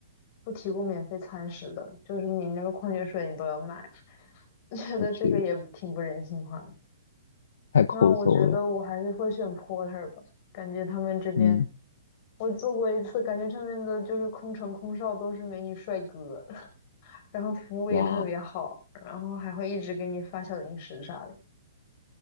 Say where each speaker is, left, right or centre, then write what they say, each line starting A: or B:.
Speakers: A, on the left; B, on the left.
A: 不提供免费餐食的，就是你那个矿泉水你都要买，<laughs> 觉得这个也挺不人性化的。
B: 我去，太抠搜了。
A: 那我觉得我还是会选 porter 吧，感觉他们这边
B: 嗯，
A: 我做过一次，感觉上面的就是空乘空少都是美女帅哥，<laughs> 然后服务也特别好，
B: 哇。
A: 然后还会一直给你发小零食啥的，